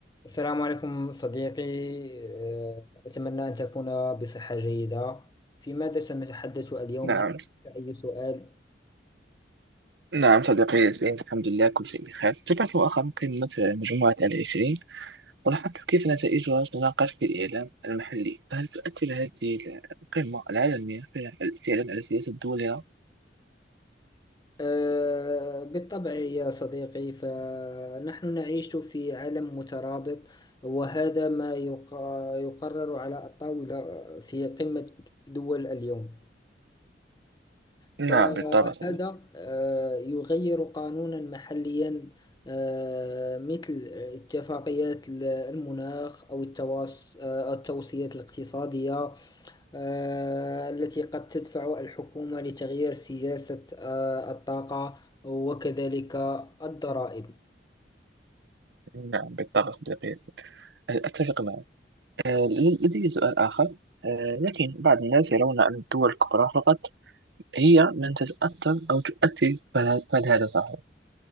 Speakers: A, on the left; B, on the right.
A: السلام عليكم صديقي آه، أتمنى أن تكون بصحة جيدة في ماذا سنتحدث اليوم
B: نعم
A: هل أي سؤال؟
B: نعم صديقي سعيد الحمد لله كل شيء بخير تابعت مؤخرا قمة مجموعة العشرين ولاحظت كيف نتائجها تناقش في الإعلام المحلي فهل تؤثر هذه القمة العالمية فعلا فعلاً على سياسة دولها؟
A: آه، بالطبع يا صديقي فنحن نعيش في عالم مترابط وهذا ما يق- يقرر على الطاولة في قمة دول اليوم
B: نعم
A: فهذا
B: بالطبع صديقي
A: آه، يغير قانونا محليا آه، مثل اتفاقيات المناخ أو التواص- آه، التوصيات الاقتصادية آه، التي قد تدفع الحكومة لتغيير سياسة آه، الطاقة وكذلك الضرائب
B: نعم بالطبع صديقي أتفق معك آه، لدي سؤال آخر آه، لكن بعض الناس يرون أن الدول الكبرى فقط هي من تتأثر أو تؤثر فهل فهل هذا صحيح؟